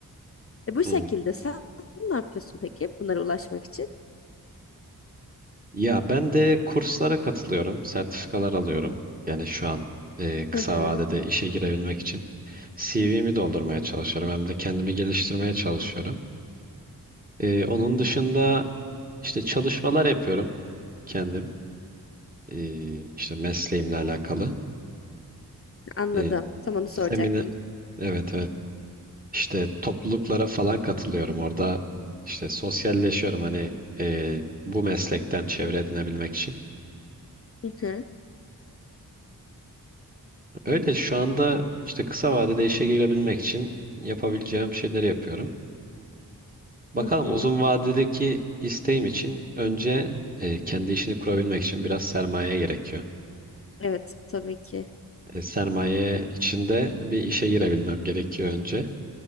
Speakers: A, on the left (about 40°); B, on the right (about 25°).
A: E, bu şekilde
B: Hı.
A: sen ne yapıyorsun peki bunlara ulaşmak için?
B: Ya ben de kurslara katılıyorum, sertifikalar alıyorum. Yani şu an e, kısa
A: <laughs> Hı hı,
B: vadede işe girebilmek için CV'mi doldurmaya çalışıyorum hem de kendimi geliştirmeye çalışıyorum. E, onun dışında işte çalışmalar yapıyorum kendim, e, işte mesleğimle alakalı.
A: anladım.
B: E,
A: Tam onu
B: seminer,
A: soracaktım.
B: evet evet. İşte topluluklara falan katılıyorum orada. işte sosyalleşiyorum hani e, bu meslekten çevre edinebilmek için.
A: Hı hı,
B: Öyle şu anda işte kısa vadede işe girebilmek için yapabileceğim şeyleri yapıyorum. Bakalım
A: hı hı.
B: uzun vadedeki isteğim için önce e, kendi işini kurabilmek için biraz sermaye gerekiyor.
A: Evet, tabii ki.
B: E, sermaye içinde bir işe girebilmem gerekiyor önce.